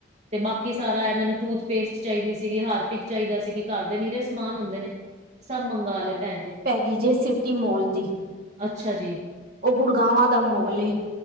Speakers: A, on the right; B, on the right.
A: ਤੇ ਬਾਕੀ ਸਾਰਾ ਇਹ ਮੈਨੂੰ ਟੂਥਪੇਸਟ ਚਾਹੀਦੀ ਸੀਗੀ ਹਾਰਪਿਕ ਚਾਹੀਦਾ ਸੀ ਕਿ ਘਰ ਦੇ ਨੀਰੇ ਸਮਾਨ ਹੁੰਦੇ ਨੇ। ਸੱਬ ਮੰਗਾ ਲੇ ਪੈਨ ਜੀ।
B: ਗੀਜੇ ਸਿਟੀ ਮੋਲ ਦੀ।
A: ਅੱਛਾ ਜੀ।
B: ਓ ਗੁੜਗਾਵਾਂ ਦਾ ਮੋਲ ਏ,